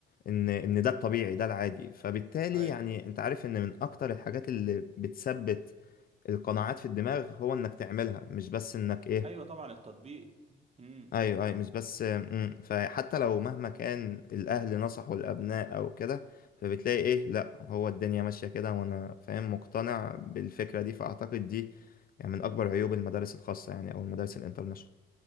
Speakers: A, on the left; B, on the right.
A: ان ان ده الطبيعي ده العادي فبالتالي
B: أيوه
A: يعني انت عارف ان من اكتر الحاجات اللي بتثبت القناعات في الدماغ هو انك تعملها مش بس انك ايه
B: أيوه طبعا التطبيق امم
A: ايوه ايوه مش بس مم. فحتى لو مهما كان الاهل نصحوا الابناء او كده فبتلاقي ايه لا هو الدنيا ماشية كده وانا فاهم مقتنع بالفكرة دي فاعتقد دي يعني من اكبر عيوب المدارس الخاصة يعني او المدارس الانترناشونال